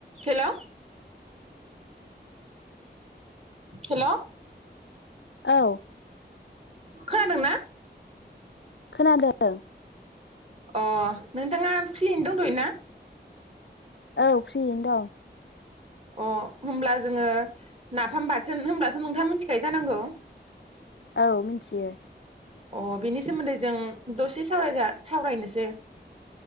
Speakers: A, on the right; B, on the left.
A: Hello hello
B: औ
A: खोनादोंना?
B: खोनादों।
A: अ नोंथाङा फ्रियैनो दंथ'यो ना?
B: औ फ्रियैनो दं।
A: अ होमब्ला जोंङो नाफाम बाथोन होमब्लाथ' नोंथाङा मोनथिखायो जानांगौ।
B: औ मोनथियो
A: अ बिनि सोमोन्दै जों दसे सावजा सावरायनोसै